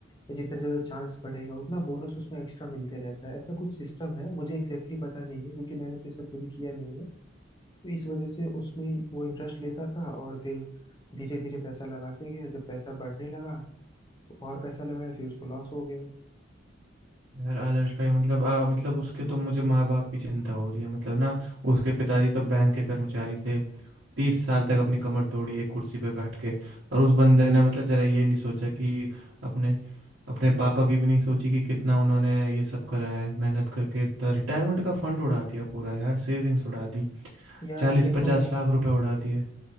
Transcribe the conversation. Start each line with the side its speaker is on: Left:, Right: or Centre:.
Left: या जितना ज्यादा चांस बढ़ेगा उतना बोनस उसमें एक्स्ट्रा मिलते रहता है ऐसा कुछ सिस्टम है मुझे एग्जैक्टली exactly पता नहीं है क्योंकि मैंने तो ये सब कभी किया नहीं है तो इस वजह से उसमें वो इंटरेस्ट लेता था और फिर धीरे धीरे पैसा लगाते गया जब पैसा बढ़ने लगा तो और पैसा लगाया फिर उसको लॉस हो गया
Right: यार आदर्श भाई मतलब आ, मतलब उसके तो मुझे माँ बाप की चिंता हो रही है मतलब ना उसके पिताजी तो बैंक के कर्मचारी थे तीस साल तक अपनी कमर तोड़ी एक कुर्सी पे बैठ के और उस बंदे ने मतलब जरा ये नहीं सोचा कि अपने अपने पापा की भी नहीं सोची कि कितना उन्होंने ये सब करा है मेहनत करके इतना रिटायरमेंट का फंड उड़ा दिया पूरा यार सेविंग्स उड़ा दी
Left: यार
Right: चालीस
Left: देखो
Right: पचास लाख रुपए उड़ा दिए